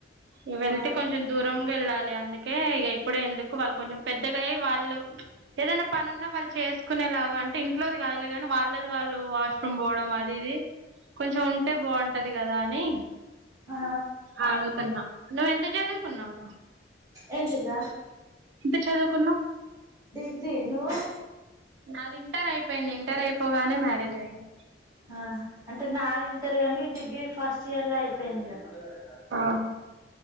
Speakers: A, on the right (about 75°); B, on the right (about 20°).
A: ఇ వెళ్తే
B: ఆ
A: కొంచెం దూరం వెళ్ళాలి అందుకే ఇక ఇప్పుడే ఎందుకు వాళ్ళు కొంచెం పెద్దగా వాళ్ళు ఏదైనా పని ఉన్నా వాళ్ళు చేసుకునే లాగా అంటే ఇంట్లోది కాదులే కాని వాళ్ళ వాళ్ళు వాష్రూమ్ పోవడం అది ఇది కొంచెం ఉంటే బాగుంటది కదా అని
B: ఆ
A: ఆ అవుదన్న నువ్వెంత చదువుకున్నావ్
B: ఏంటిదిరా
A: ఇంత చదువుకున్నాం
B: డిగ్రీ నువ్వు
A: అది ఇంటర్ అయిపోయింది ఇంటర్ అయిపో గానే మ్యారేజ్ అయింది
B: ఆ అంటే నాది ఇంటర్ అని డిగ్రీ ఫస్ట్ ఇయర్లా అయిపోయింది క
A: ఆహా